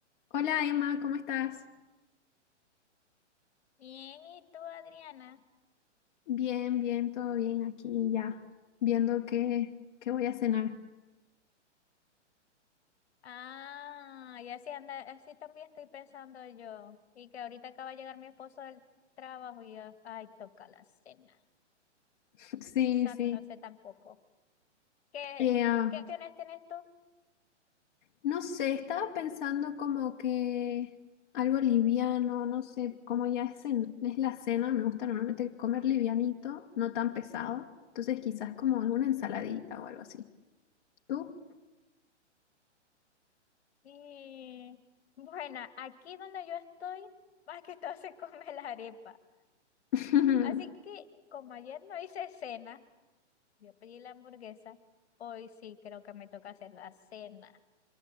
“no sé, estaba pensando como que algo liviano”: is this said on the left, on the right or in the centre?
Left